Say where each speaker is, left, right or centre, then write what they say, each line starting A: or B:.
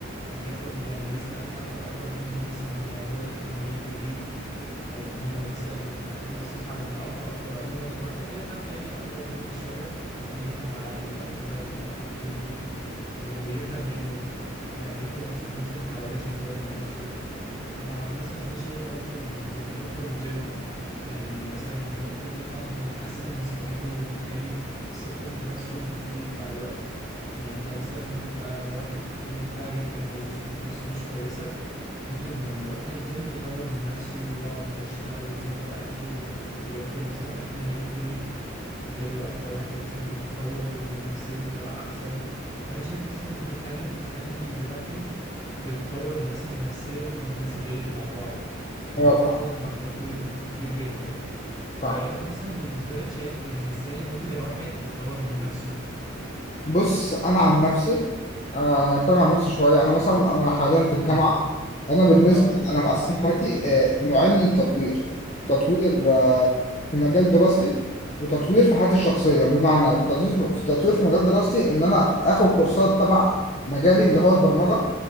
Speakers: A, on the left; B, on the left.
A: ياخد يعني يسأل حد اكبر منه مثلا لو هو داخل مجال جديد او ان هو مثلا محتاج نصيحة من اخ اكبر عموما يروح لاي حد يعني اكبر منه بشوية يكون مثلا عاقل او كده يكون اخ كبير ليه ويفهم منه يعني ياخد نصيحة من الناس اللي حواليه عشان يطور من نفسه يعني مثلا انا شايف برضو اللي بيروحوا الجيم يعني مثلا يروح الجيم عشان يحسن من صحته وبالتالي ثقته في نفسه بتزيد مع الوقت يعني انت مثلا بتبقى واحد يكون رفيع جدا وثقته في نفسه مش كويسة ممكن لما يروح الجيم يطور من نفسه ويقعد بقى يشتغل ويظبط اكله وياكل مثلا اكل هيلثي وده واحدة واحدة جسمه بيتطور ونفسيا بقى أحسن فأنا شايف مثلا إن دي حاجة بتخلي الواحد يتطور مثلا نفسيا وجسديا مع بعض وده
B: ايوه فاهم
A: طبعا تطوير كبير جدا فأنت
B: فاهم
A: مثلا بالنسبة لك شايف إن إزاي ممكن الواحد يطور من نفسه
B: بص انا عن نفسي آه، اتكلم عن نفسي شوية انا مثلا انا حاليا في الجامعة
A: <clears throat>
B: انا بالنسبه
A: اه
B: انا مقسم حياتي آه، نوعين من التطوير تطوير آه،
A: اه
B: في مجال دراستي وتطوير في حياتي الشخصيه بمعنى تطوير في تطوير في مجال دراستي ان انا اخد كورسات تبع مجالي اللي هو البرمجه